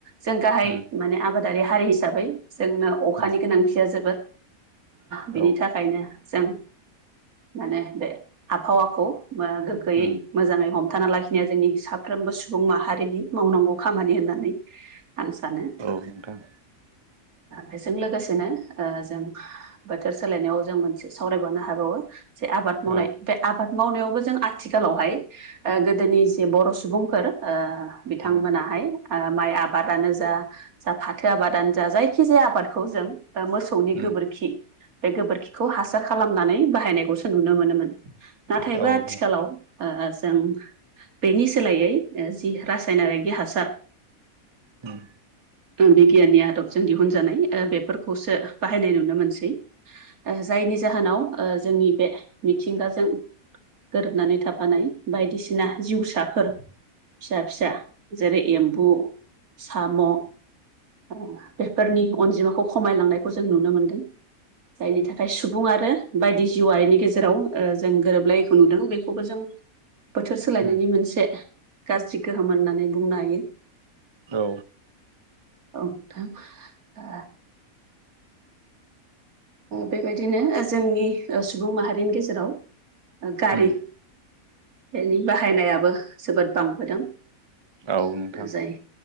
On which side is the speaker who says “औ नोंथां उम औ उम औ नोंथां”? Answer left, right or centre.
Right